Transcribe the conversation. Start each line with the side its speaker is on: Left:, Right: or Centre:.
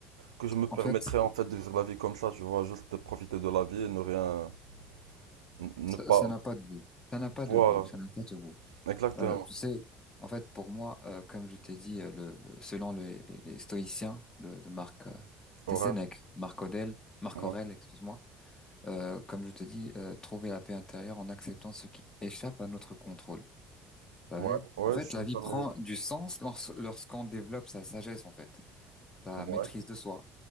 Right: que je me permettrais
Left: en fait,
Right: en fait de vivre la vie comme ça, tu vois. Juste profiter de la vie et ne rien. n- Ne
Left: ça
Right: pas.
Left: ça n'a pas de goût. Ça n'a pas
Right: Voilà,
Left: de goût. Ça n'a pas de goût.
Right: exactement.
Left: Euh, tu sais, en fait, pour moi, euh, comme je t'ai dit, euh, le, le- selon les, les, les stoïciens de, de Marc, euh,
Right: Ouais.
Left: c'est Sénèque, Marc Aurèle, Marc
Right: ouais.
Left: Aurèle, excuse-moi, euh, comme je te dis, euh, trouver la paix intérieure en acceptant ce qui échappe à notre contrôle. T'as
Right: Ouais,
Left: vu?
Right: ouais,
Left: En fait,
Right: je suis
Left: la vie
Right: familier.
Left: prend du sens lors- lorsqu'on développe sa sagesse, en fait, sa
Right: Ouais,
Left: maîtrise de soi,